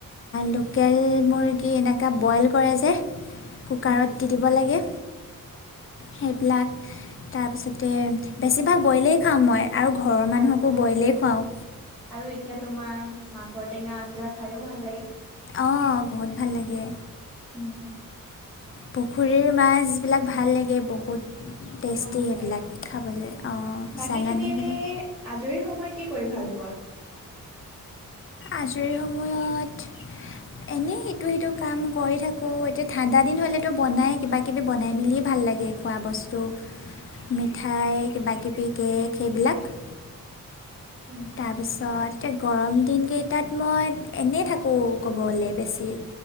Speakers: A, on the left (about 40°); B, in the centre.
A: লোকেল মুৰ্গীৰ এনেকা বইলকৰে। যে কুকাৰত
B: উম
A: দি দিব লাগে সেইবিলাক তাৰপিছতে বেছিভাগ বইলেই খাওঁ মই আৰু ঘৰৰ মানুহকো
B: আৰু
A: বইলেই খুৱাওঁ
B: আৰু এতিয়া তোমাৰ মাছৰ টেঙা আঞ্জা খাইো ভাল লাগে
A: অঁ বহুত ভাল লাগে।
B: উম।
A: পুখুৰীৰ মাছবিলাক ভাল লাগে বহুত টেষ্টি
B: অ হয়
A: সেইবিলাক খাবলৈ অঁ
B: বাকী
A: চালানীবিলাক
B: তুমি এনে আজৰি সময়ত কি কৰিবা ভাল পোৱা।
A: আজৰি সময়ত। এনেই ইটো সিটো কাম কৰি থাকো এতিয়া ঠাণ্ডা দিন হলেতো বনাই কিবা কিবি বনাই মেলি ভাল। ভাল লাগে খোৱা বস্তু। মিঠাই কিবাকিবি কেক সেইবিলাক।
B: উম,
A: তাৰপিছত গৰম দিনকেইটাত মই এনেই থাকোঁ ক'বলে বেছি।